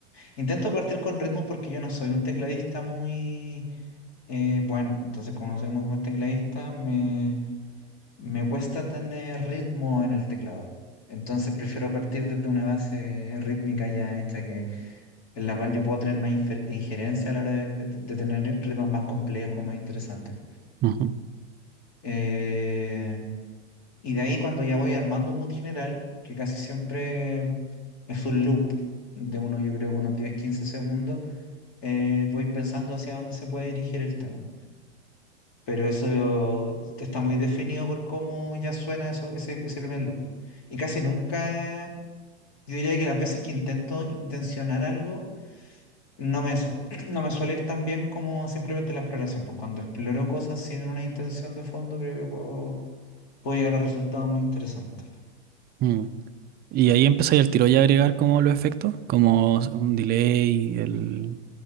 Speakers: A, on the left (about 60°); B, on the right (about 30°).
A: Intento partir con ritmos porque yo no soy un tecladista muy eh, bueno, entonces como no soy muy buen tecladista, me, me cuesta tener ritmo en el teclado. Entonces prefiero partir desde una base rítmica ya hecha que, en la cual yo puedo tener más infer- injerencia a la hora de, de- de tener ritmos más complejos, más interesantes.
B: Ujú.
A: Eh, Y de ahí cuando ya voy armando un mood general, que casi siempre es un loop de uno, yo creo, unos diez quince segundos, eh, voy pensando hacia dónde se puede dirigir el tema. Pero eso está muy definido por cómo ya suena eso, ese, ese primer loop. Y casi nunca, yo diría que las veces que intento intencionar algo, no me, su- <clears throat> no me suele ir tan bien como simplemente la exploración. Pues cuando exploro cosas sin una intención de fondo, creo que puedo, puedo llegar a resultados más interesantes.
B: Mm. Y ahí empecé al tiro ya a agregar como los efectos, como un delay, el